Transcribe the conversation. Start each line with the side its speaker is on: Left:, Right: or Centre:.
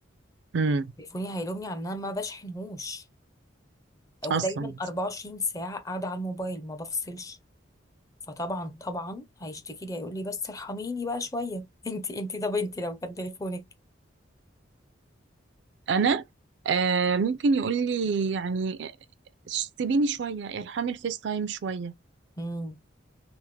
Right: امم
Left: تليفوني هيلومني على ان انا ما بشحنهوش ودايما
Right: أصلا
Left: 24 ساعة قاعدة على الموبايل ما بفصلش فطبعا طبعا هيشتكي لي هيقول لي بس ارحميني بقى شويه <laughs> انت انت طب انت لو كان تليفونك
Right: أنا آه ممكن يقول لي يعني آه، سيبيني شوية ارحمي الفيس تايم شوية
Left: امم